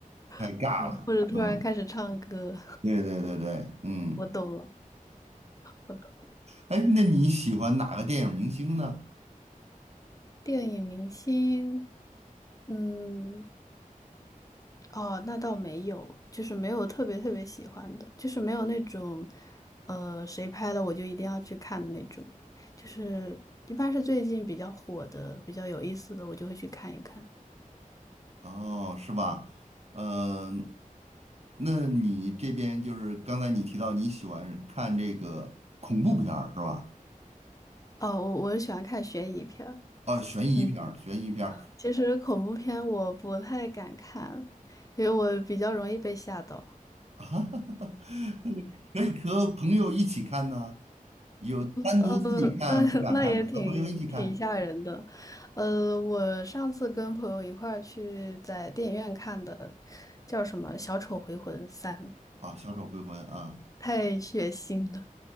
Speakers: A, on the right (about 50°); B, on the left (about 25°).
A: 太尬了。
B: <laughs> 或者突然开始唱歌，
A: 嗯，对对对对，嗯，
B: <laughs> 我懂了，我懂。
A: 哎，那你喜欢哪个电影明星呢？
B: 电影明星，嗯。哦，那倒没有，就是没有特别特别喜欢的，就是没有那种，呃，谁拍的我就一定要去看的那种，就是一般是最近比较火的、比较有意思的，我就会去看一看。
A: 哦，是吧？嗯、那你这边就是刚才你提到你喜欢看这个恐怖片儿是吧？
B: 哦，我我喜欢看悬疑片儿
A: 哦，悬疑片儿，
B: 嗯，
A: 悬疑片儿
B: 其实恐怖片我不太敢看，因为我比较容易被吓到。
A: <laughs> 啊可以和朋友一起看呢，有单独自己看不敢看，
B: 呃，那那也挺挺吓人的。
A: 和朋友一起看
B: 呃，我上次跟朋友一块儿去在电影院看的，叫什么《小丑回魂三》，
A: 啊，小丑回魂》啊。
B: 太血腥了。